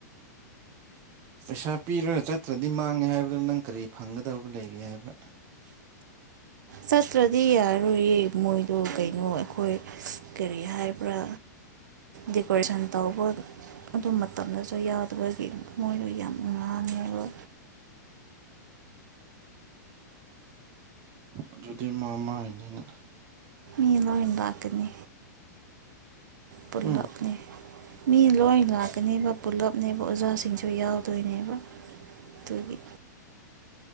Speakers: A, on the right (about 25°); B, on the right (about 75°).
A: ꯄꯩꯁꯥ ꯄꯤꯔꯒ ꯆꯠꯇ꯭ꯔꯗꯤ ꯃꯥꯡꯉꯦ ꯍꯥꯏꯕꯗꯨ ꯅꯪ ꯀꯔꯤ ꯐꯪꯒꯗꯕ ꯂꯩꯒꯦ ꯍꯥꯏꯕ
B: ꯆꯠꯇ꯭ꯔꯗꯤ ꯌꯥꯔꯣꯏꯌꯦ ꯃꯣꯏꯗꯣ ꯀꯩꯅꯣ ꯑꯩꯈꯣꯏ ꯀꯔꯤ ꯍꯥꯏꯕ꯭ꯔꯥ ꯗꯦꯀꯣꯔꯦꯁꯟ ꯇꯧꯕ ꯑꯗꯨ ꯃꯇꯝꯗꯁꯨ ꯌꯥꯎꯗꯕꯒꯤ ꯃꯣꯏꯗꯣ ꯌꯥꯝ ꯉꯥꯡꯉꯦꯕ
A: ꯑꯗꯨꯗꯤ ꯃꯥ ꯃꯥ ꯍꯥꯏꯅꯤꯅ
B: ꯃꯤ ꯅꯟ ꯇꯥꯛꯀꯅꯤ ꯄꯨꯜꯂꯞꯅꯦ
A: ꯎꯝ
B: ꯃꯤ ꯂꯣꯏ ꯂꯥꯛꯀꯅꯦꯕ ꯄꯨꯂꯞꯅꯦꯕ ꯑꯣꯖꯥꯁꯤꯡꯁꯨ ꯌꯥꯎꯗꯣꯏꯅꯦꯕ ꯑꯗꯨꯒꯤ